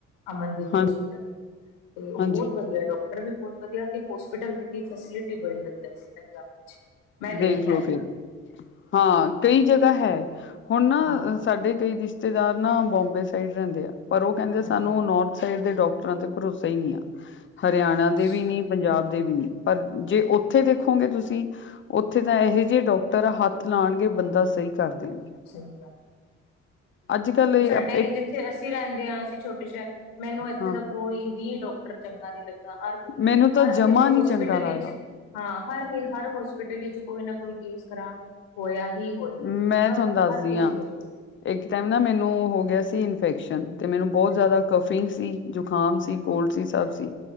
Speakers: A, on the left (about 70°); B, on the left (about 35°).
A: ਅਮਨਦੀਪ
B: ਹਾਂ
A: ਹੋਸਪਿਟਲ। ਤੇ ਉਹ
B: ਹਾਂਜੀ
A: ਬਹੁਤ ਵਧੀਆ ਡਾਕਟਰ ਵੀ ਬਹੁਤ ਵਧੀਆ ਤੇ ਹੋਸਪੀਟਲ ਦੀ ਫੈਸਿਲਿਟੀ ਬੜੀ ਵਧੀਆ ਸੀ, ਪੰਜਾਬ ਵਿੱਚ ਮੈਂ ਦੇਖਿਆ
B: ਦੇਖ ਲੋ ਫਿਰ, ਹਾਂ। ਕਈ ਜਗ੍ਹਾ ਹੈ ਹੁਣ ਨਾ
A: ਹਾਂ
B: ਸਾਡੇ ਕਈ ਰਿਸ਼ਤੇਦਾਰ ਨਾ ਬੌਬੇ ਸਾਈਡ ਰਹਿੰਦੇ ਆ, ਪਰ ਉਹ ਕਹਿੰਦੇ ਸਾਨੂੰ
A: ਹਾਂਜੀ
B: ਨੌਰਥ ਸਾਈਡ ਦੇ ਡਾਕਟਰਾਂ ਤੇ ਭਰੋਸਾ ਹੀ ਨਈ ਆ, ਹਰਿਆਣਾ
A: ਅੱਛਾ,
B: ਦੇ ਵੀ ਨੀ, ਪੰਜਾਬ ਦੇ ਵੀ ਨੀ, ਪਰ ਜੇ ਉੱਥੇ ਦੇਖੋਗੇ ਤੁਸੀਂ ਉੱਥੇ ਤਾਂ ਇਹੋ ਜਿਹੇ ਡਾਕਟਰ ਹੱਥ ਲਾਉਣਗੇ, ਬੰਦਾ ਸਹੀ ਕਰ ਦੇਣਗੇ।
A: ਅੱਛਾ <unintelligible>
B: ਅੱਜ ਕੱਲ ਇਹ
A: ਸਾਡੇ
B: ਇੱਕ
A: ਜਿੱਥੇ ਅਸੀਂ ਰਹਿੰਦੇ ਹਾਂ, ਅਸੀਂ ਛੋਟੇ ਸ਼ਹਿਰ ਮੈਨੂੰ ਇੱਥੇ
B: ਹਾਂ
A: ਦਾ ਕੋਈ ਵੀ ਡਾਕਟਰ ਚੰਗਾ ਨਈ ਲੱਗਦਾ, ਹਰ ਕੋਈ,
B: ਮੈਨੂੰ ਤਾਂ
A: ਹਰ
B: ਜਮਾ
A: ਕਿਸੇ
B: ਨੀ
A: ਹੋਸਪਿਟਲ
B: ਚੰਗਾ ਲੱਗਦਾ
A: ਵਿੱਚ ਹਾਂ, ਹਰ ਹੀ ਹਰ ਹੋਸਪਿਟਲ ਵਿੱਚ ਕੋਈ ਨਾ ਕੋਈ ਕੇਸ ਖ਼ਰਾਬ ਹੋਇਆ ਹੀ ਹੀ ਹੋਏ
B: ਮੈਂ
A: ਹਰ,
B: ਤੁਹਾਨੂੰ ਦੱਸਦੀ
A: ਹਰ ਕਿਸੇ
B: ਹਾਂ
A: ਹੋਸਪਿਟਲ
B: ਇੱਕ ਟਾਈਮ ਨਾ ਮੈਨੂੰ ਹੋ ਗਿਆ ਸੀ, ਇਨਫੈਕਸ਼ਨ ਤੇ ਮੈਨੂੰ ਬਹੁਤ
A: ਹਾਂਜੀ
B: ਜ਼ਿਆਦਾ ਕਫਿੰਗ ਸੀ ਜੋ ਹਾਮ ਸੀ,
A: ਹਾਂਜੀ
B: ਕੋਲਡ ਸੀ, ਸਭ
A: ਹਾਂਜੀ
B: ਸੀ,